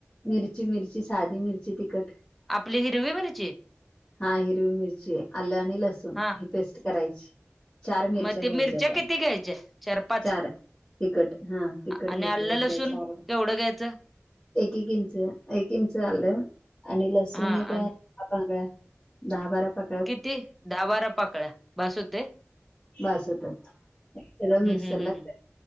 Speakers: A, on the left; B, in the centre.
A: मिरची मिरची साधी मिरची तिखट
B: आपली हिरवी म्हणाची.
A: हा हिरवी मिरची आलं आणि लसूण
B: हा
A: ही पेस्ट करायची. चार मिरच्या
B: मग ते
A: घ्यायच्या त्या
B: किती घ्यायच्या पाच
A: चार तिकट हा तिकट
B: आणि
A: घेतली.
B: आलं लसूण
A: चार
B: केवढं घ्यायचं
A: एक एक इंच एक इंच आलं आणि लसूण
B: हा
A: आहे काग
B: आणि
A: दहा बारा पाक्
B: किती दा बारा पाकळ्या बसू ते
A: भासतात सगळ
B: हम्म
A: मिक्सर
B: हम्म
A: ला
B: हम्म